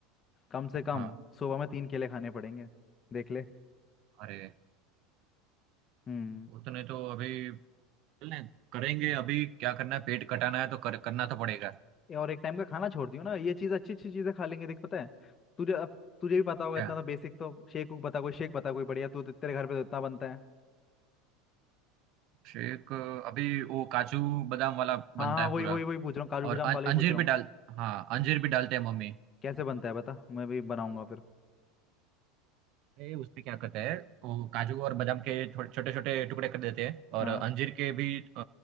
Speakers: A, on the left; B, on the right.
A: कम से कम
B: हाँ
A: सुबह में तीन केले खाने पड़ेंगे देख ले
B: अरे
A: हम्म
B: उतने तो अभी चलें, करेंगे अभी क्या करना है पेट कटाना है तो कर, करना तो पड़ेगा
A: ये और एक टाइम का खाना छोड़ दियो ना ये चीज अच्छी अच्छी चीजें खा लेंगे देख पता है तुझे अब तुझे भी पता होगा
B: क्या
A: इतना तो बेसिक तो शेक उक बता कोई शेक बता कोई बढ़िया तू तो तेरे घर पे तो इतना बनता है
B: शेक अभी वो काजू बादाम वाला
A: हाँ
B: बनता
A: हाँ
B: है
A: वही
B: पूरा
A: वही वही पूछ रहा हूँ काजू
B: और
A: बादाम
B: अं-
A: वाला ही
B: अंजीर
A: पूछ रहा
B: भी
A: हूँ
B: डाल हाँ अंजीर भी डालते हैं मम्मी
A: कैसे बनता है बता मैं भी बनाऊंगा फिर
B: ए, उसमें क्या करते हैं वो काजू और बादाम के थोड़े छोटे छोटे टुकड़े कर देते हैं
A: हाँ
B: और अंजीर के भी अ,